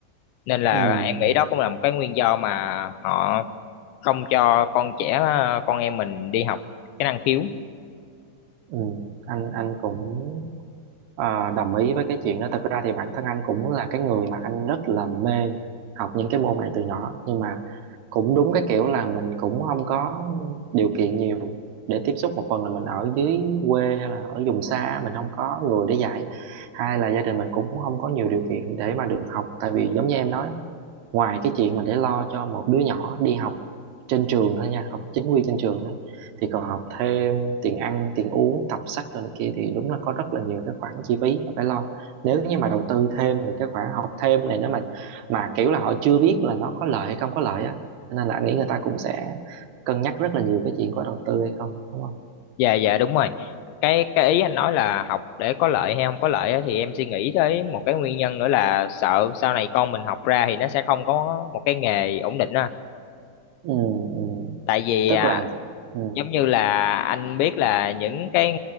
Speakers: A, on the left; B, on the right.
A: nên là
B: ừ,
A: em nghĩ
B: ừ,
A: đó cũng là một cái nguyên do mà họ không cho con trẻ con em mình đi học cái năng khiếu
B: ừ. anh anh cũng ờ, đồng ý với cái chuyện đó thật ra thì bản thân anh cũng là cái người mà anh rất là mê học những cái môn này từ nhỏ nhưng mà cũng đúng cái kiểu là mình cũng không có điều kiện nhiều để tiếp xúc một phần là mình ở dưới quê hay là ở vùng xa mình không có người để dạy hai là gia đình mình cũng không có nhiều điều kiện để mà được học tại vì giống như em nói ngoài cái chuyện mà để lo cho một đứa nhỏ đi học trên trường thôi nha học chính quy trên trường thôi thì còn học thêm tiền ăn tiền uống tập sách rồi này kia thì đúng là có rất là nhiều cái khoản chi phí mà phải lo nếu như mà đầu tư thêm thì cái khoản học thêm này nếu mà mà kiểu là họ chưa biết là nó có lợi hay không có lợi á nên là anh nghĩ người ta cũng sẽ cân nhắc rất là nhiều cái chuyện có đầu tư hay không đúng không
A: dạ dạ đúng rồi cái cái ý anh nói là học để có lợi hay không có lợi á, thì em suy nghĩ tới một cái nguyên nhân nữa là sợ sau này con mình học ra thì nó sẽ không có một cái nghề ổn định á
B: ừ, ừ.
A: tại vì
B: tức
A: à,
B: là ừ,
A: giống như là anh biết là những cái